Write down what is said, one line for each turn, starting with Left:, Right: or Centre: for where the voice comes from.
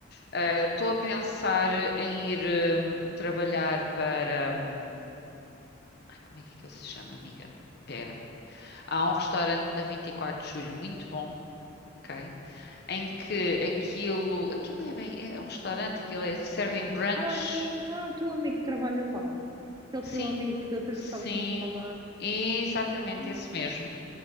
Left: Ah, Estou a pensar em ir hum, trabalhar para. hum, ai, como é que ele se chama, amiga? Pera. Há um restaurante na 24 de Julho muito bom, ok? Em que aquilo. Aquilo não é bem. É um restaurante, aquilo é. Servem brunch?
Right: Ai, não, não é o teu amigo que trabalha lá. Aquele
Left: Sim,
Right: teu amigo que da outra
Left: sim,
Right: vez estavas-me a falar.
Left: exatamente
Right: Ah,
Left: esse mesmo.